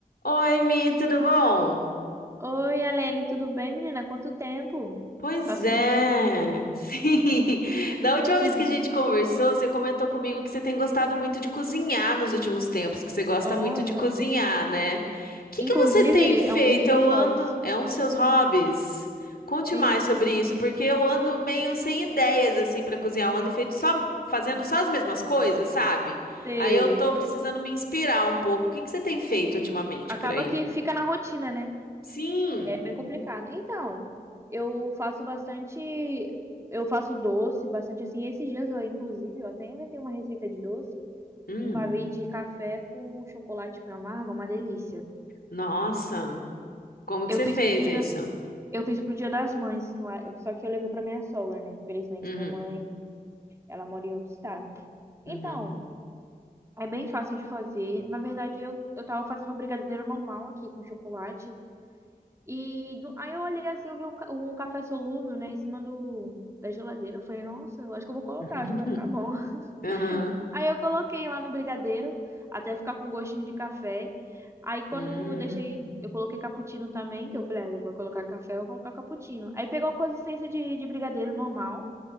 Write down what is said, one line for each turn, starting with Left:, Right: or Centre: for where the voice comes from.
Left: Oi, Mi, tudo bom?
Right: Oi, Alene, tudo bem, menina? Quanto tempo?
Left: Pois
Right: Tá sumida.
Left: é, <laughs> sim. Da última vez
Right: <laughs>
Left: que a gente conversou, você comentou comigo que você tem gostado muito de cozinhar nos últimos tempos, que você gosta
Right: Nossa.
Left: muito de cozinhar, né? O que
Right: Inclusive,
Left: que você tem feito?
Right: é um dos meus
Left: Eu ando,
Right: hobbies.
Left: é um dos seus hobbies? Conte
Right: Isso,
Left: mais sobre isso, porque eu ando meio sem ideias assim para cozinhar. Eu ando feito só fazendo só as mesmas coisas, sabe?
Right: sei.
Left: Aí eu tô precisando me inspirar um pouco. O que que você tem feito ultimamente
Right: Acaba
Left: por aí?
Right: que fica na rotina, né?
Left: Sim.
Right: É bem complicado. Então, eu faço bastante. Eu faço doce, bastante assim. Esses dias, eu, inclusive, eu até inventei uma receita de doce,
Left: Hum.
Right: um pavê de café com chocolate meio amargo, é uma delícia.
Left: Nossa, como que
Right: Eu
Left: você
Right: fiz
Left: fez
Right: pro dia,
Left: isso?
Right: eu fiz pro Dia das Mães lá, eu- só que eu levei pra minha sogra, né? Felizmente
Left: Uhum,
Right: minha mãe Ela mora em outro estado. Então,
Left: uhum,
Right: é bem fácil de fazer. Na verdade, eu, eu tava fazendo um brigadeiro normal aqui com chocolate. E do- aí eu olhei assim, eu vi um, ca- um café solúvel, né, em cima do, da geladeira. Eu falei, nossa, eu acho que eu vou colocar,
Left: <laughs>
Right: acho que vai ficar bom. <laughs>
Left: uhum,
Right: Aí eu coloquei lá no brigadeiro, até ficar com gostinho de café. Aí quando
Left: uhum,
Right: eu deixei, eu coloquei cappuccino também, que eu falei, ah, já vou colocar café, eu vou colocar cappuccino. Aí pegou consistência de, de brigadeiro normal.